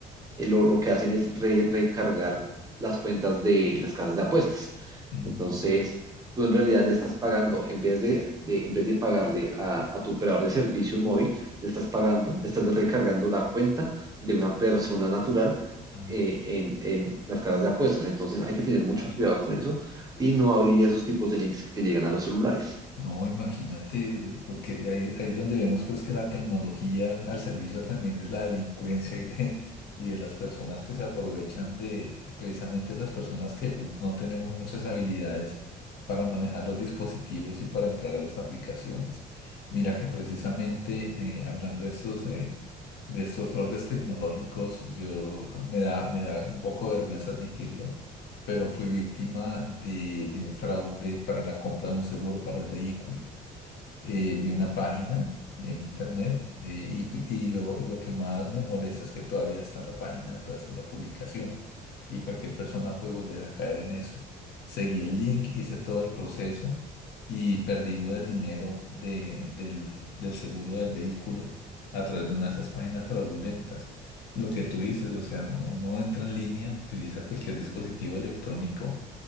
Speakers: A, on the right; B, on the left.
A: eh, lo, lo que hacen es re- recargar las cuentas de las casas de apuestas.
B: Mm,
A: Entonces, tú en realidad le estás pagando, en vez de, de- en vez de pagarle a, a tu operador de servicio móvil, le estás pagando, estás recargando la cuenta de una persona natural
B: ah,
A: eh, en, en las casas de apuestas. Entonces, hay que tener mucho
B: imagínate.
A: cuidado con eso y no abrir esos tipos de links que te llegan a los celulares.
B: No, imagínate, porque ahí, ahí donde vemos pues que la tecnología al servicio también de la delincuencia y de, y de las personas que se aprovechan de, de precisamente las personas que pues, no tenemos muchas habilidades para manejar los dispositivos y para entrar a las aplicaciones. Mira que precisamente eh, hablando de estos, eh, de estos fraudes tecnológicos, yo ah, me da, me da un poco de vergüenza admitirlo pero fui víctima de, de un fraude para la compra de un seguro para el vehículo eh, vi una página en internet eh, y, tu- y lo, lo que más me molesta es que todavía está la página, todavía está la publicación y cualquier persona puede volver a caer en eso. Seguí el link, hice todo el proceso y perdí lo del dinero de- del, del seguro del vehículo a través de una de esas páginas fraudulentas. Lo que tú dices, o sea, uno, uno entra en línea, utiliza cualquier dispositivo electrónico